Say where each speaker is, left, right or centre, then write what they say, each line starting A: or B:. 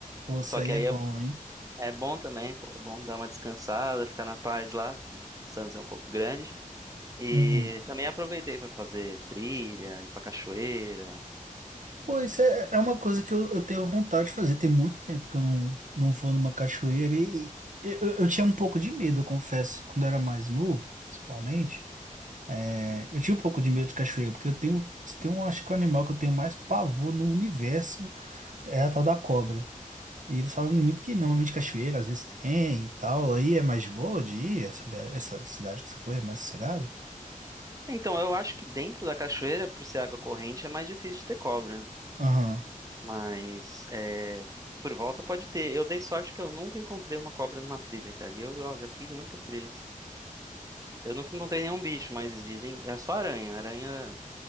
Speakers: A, on the right; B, on the right.
A: Pô, isso
B: Só
A: aí
B: que aí
A: é bom, hein?
B: É bom também, pô, é bom dar uma descansada, ficar na paz lá, que Santos é um pouco grande. E
A: Uhum.
B: também aproveitei para fazer trilha, ir pra cachoeira.
A: Pô, isso é, é uma coisa que eu, eu tenho vontade de fazer. Tem muito tempo que eu não, não vou numa cachoeira e eu, eu, eu tinha um pouco de medo, eu confesso, quando eu era mais novo, principalmente. É, eu tinha um pouco de medo de cachoeira, porque eu tenho, tem um, acho que o animal que eu tenho mais pavor no universo é a tal da cobra. E eles falam muito que normalmente cachoeira às vezes tem e tal, aí é mais de boa de ir, essa, essa cidade que você foi é mais sossegada?
B: Então, eu acho que dentro da cachoeira, por ser água corrente, é mais difícil de ter cobra.
A: Aham,
B: Mas é, por volta pode ter. Eu dei sorte que eu nunca encontrei uma cobra numa trilha, cara. E eu ó, já fiz muitas trilhas. Eu nunca encontrei nenhum bicho, mas dizem. É só aranha. Aranha